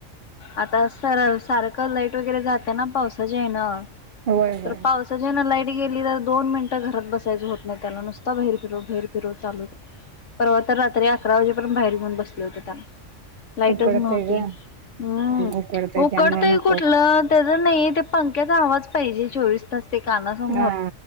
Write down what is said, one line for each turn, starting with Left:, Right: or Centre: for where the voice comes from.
Left: आता सर सारखं लाईट वगैरे जाते ना पावसाचे येणं
Right: होय होय
Left: तर पाव सजेन लाईट गेली तर दोन मिनिटं घरात बसायच होत नाही त्याला नुसता ब बाहेर फिरू बाहेर फिरव चालू. परवा तर रात्री अकरा वाजेपर्यंत बाहेर येऊन बसले होते त्याला लाईटच
Right: उकडतंय
Left: नव्हती.
Right: ग
Left: हम्म
Right: उकडतंय
Left: उकडतय
Right: त्यामुळे नको
Left: कुठलं त्याच नाही ते पं क्याचा आवाज पाहिजे चोवीस तास ते कानासमोर
Right: हा